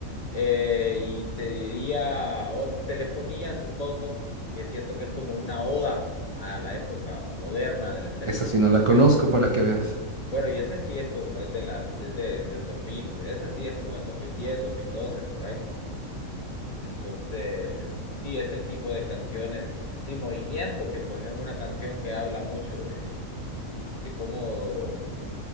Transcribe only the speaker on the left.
Eh, y te diría, o telefonía, supongo, que siento que es como una oda a la época moderna de las telecomunicaciones.
Bueno, y ese sí es como es de la, es de- del dos mil ese sí es como del dos dos mil diez dos mil doce por ahí. Entonces, sí, ese tipo de canciones, sí, Movimiento, que pues es una canción que habla mucho de, de cómo